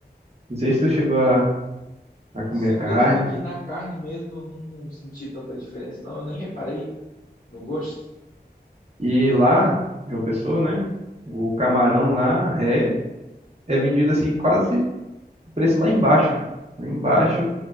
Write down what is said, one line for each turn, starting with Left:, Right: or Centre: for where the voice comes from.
Right: Não sei se tu chegou a, a comer
Left: Você
Right: a
Left: acredita
Right: carne.
Left: que na carne mesmo eu não senti tanta diferença, não? Eu nem reparei no gosto.
Right: E lá, João Pessoa, né? O camarão lá é, é vendido assim quase o preço lá embaixo, cara. Lá embaixo.